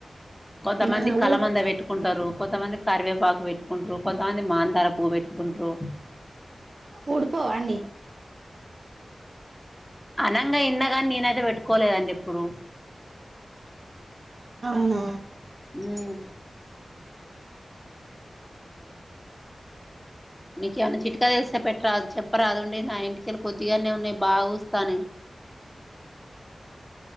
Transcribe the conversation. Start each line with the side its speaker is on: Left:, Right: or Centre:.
Centre: కొంతమంది
Right: ఆ
Centre: కలమంద
Right: ఊడిపో
Centre: వెట్టుకుంటారు. కొంతమంది కర్వేపాకు వెట్టుకుంటరు కొంతమంది మాందార పువ్ పెట్టుకుంట్రు.
Right: ఊడ్పోవ అండి.
Centre: అనంగ ఇన్న గాని నేనైతె వెట్టుకోలేదండి ఎప్పుడు.
Right: అవును.
Centre: ఉమ్. నీకు ఏమన్న చిట్కా తెలిసై పెట్రాదు చెప్పరాదుండి నా ఎంటికెళ్ళు కొద్దిగనే ఉన్నాయి బాగుస్. తనె